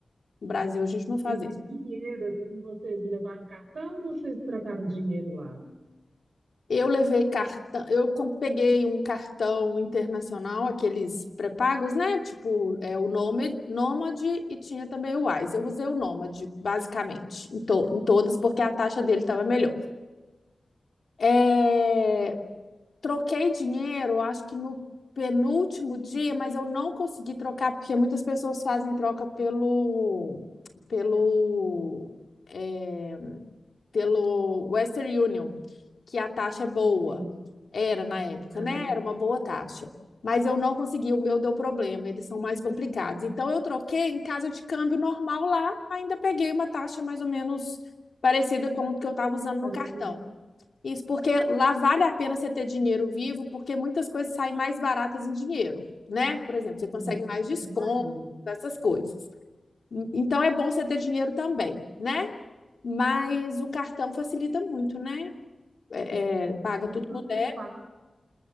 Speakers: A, on the left (about 70°); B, on the right (about 90°).
A: No Brasil a gente não faz
B: E,
A: isso.
B: e dinheiro, assim, vocês levaram cartão ou vocês trocaram dinheiro lá?
A: Eu levei cartão, eu com- peguei um cartão internacional, aqueles pré-pagos, né? Tipo, é o Nômade, Nômade e tinha também o Wise. Eu usei o Nômade, basicamente, em, to- em todas, porque a taxa dele estava melhor. É, troquei dinheiro, acho que no penúltimo dia, mas eu não consegui trocar, porque muitas pessoas fazem troca pelo, pelo, é, pelo Western Union, que a taxa é boa.
B: Sim.
A: Era na época,
B: Aham.
A: né? Era uma boa taxa. Mas eu não consegui, o meu deu problema, eles são mais complicados. Então eu troquei em casa de câmbio normal lá, ainda peguei uma taxa mais ou menos parecida com o que eu estava usando
B: Parecido.
A: no cartão. Isso porque lá vale a pena você ter dinheiro vivo, porque muitas coisas saem mais baratas em dinheiro, né? Por exemplo, você consegue
B: Sim,
A: mais desconto,
B: eu imagino.
A: essas coisas. Então é bom você ter dinheiro também, né? Mas o cartão facilita muito, né? É, é, paga
B: E
A: tudo
B: sobre
A: no débito.
B: os passeios,